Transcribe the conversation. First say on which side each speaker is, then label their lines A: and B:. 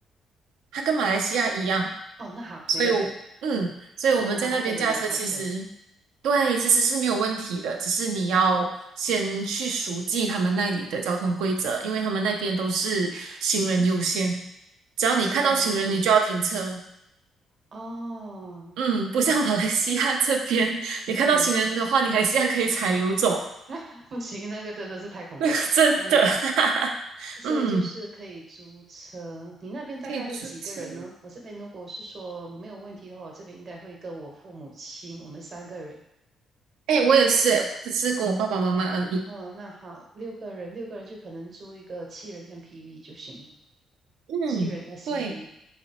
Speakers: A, on the right (about 90°); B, on the right (about 50°).
A: 它跟马来西亚一样。
B: 哦，那好，
A: 所以我，
B: 没问题，
A: 嗯，所以我们在那边驾车其实，
B: 我我们还可以轮流开车。
A: 对，其实是没有问题的，只是你要先去熟记他们那里的交通规则，
B: 嗯哼，
A: 因为他们那边都是行人优先，
B: 嗯哼，
A: 只要你看到行人，
B: 哦，行人优先。
A: 你就要停车。
B: 哦，
A: 嗯，不像
B: 嗯
A: <laughs> 马来西亚这边，你看到行人的话，
B: 嗯，
A: 你还是一样可以踩油走，
B: <laughs> 不行，那个真的是太恐怖了，
A: <laughs> 真的，
B: 我明白。
A: <laughs>
B: 所以就是可以租车，
A: 嗯，
B: 你那边大概会几个人呢？
A: 可以租车。
B: 我这边如果是说没有问题的话，我这边应该会跟我父母亲，我们三个人。
A: 哎，我也是诶，只是跟我爸爸妈妈而已。
B: 哦，那好，六个人，六个人就可能租一个七人 MPV 就行了，
A: 嗯，
B: 七人 SUV。
A: 对，